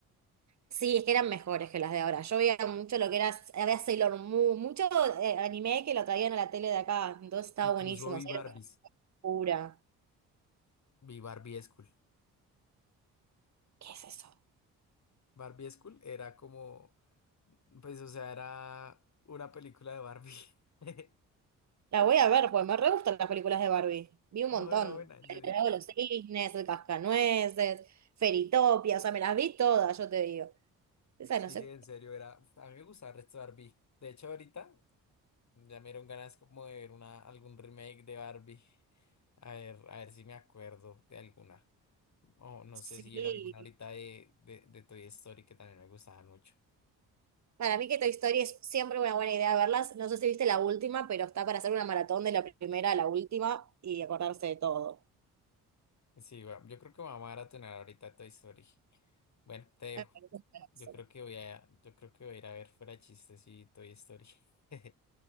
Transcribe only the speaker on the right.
Sí, es que eran mejores que las de ahora. Yo veía mucho lo que era, había Sailor Moon, mucho eh, anime que lo traían a la tele de acá, entonces estaba
buenísimo.
Sailor
Moon pura.
¿Qué es eso?
La voy a ver, pues me re gustan las películas de Barbie. Vi un
montón.
El Lago de los Cisnes, el Cascanueces, Feritopia, o sea, me las vi todas, yo te digo. Esa
no sé.
Sí.
Para mí que Toy Story es siempre una buena idea verlas. No sé si viste la última, pero está para hacer una maratón de la primera a la última y acordarse de todo.
Me parece un pedazo.